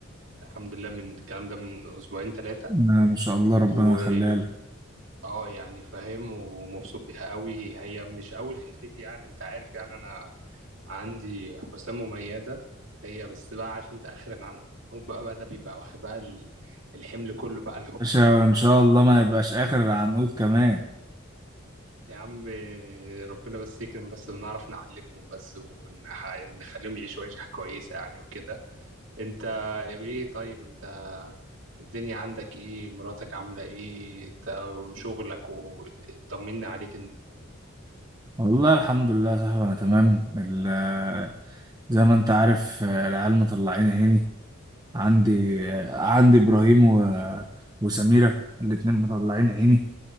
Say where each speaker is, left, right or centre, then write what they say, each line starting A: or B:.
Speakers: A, on the right; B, on the right.
A: الحمد لله من الكلام ده من اسبوعين ثلاثة
B: انا ما شاء الله
A: و
B: ربنا يخليها لك
A: اه يعني فاهم ومبسوط بيها قوي هي مش اول خلفتي يعني انت عارف يعني انا عندي حسام مميزة هي بس بقى عارف انت اخر العنقود بقى بقى ده بيبقى واخد بقى ال- الحمل كله بقى الحب
B: باشا
A: كله والحاجات
B: ان شاء الله ما
A: لا
B: يبقاش اخر العنقود كمان
A: يا عم ربنا بس يكرم بس ونعرف نعلمهم بس ونخليهم يعيشوا عيشة كويسة يعني وكده انت يا بيه طيب انت الدنيا عندك ايه مراتك عاملة ايه ت- وشغلك وطمني عليك ان
B: والله الحمد لله يا صاحبي انا تمام ال- زي ما انت عارف آه، العيال مطلعين عيني عندي آه، عندي ابراهيم و... وسميرة الاتنين مطلعين عيني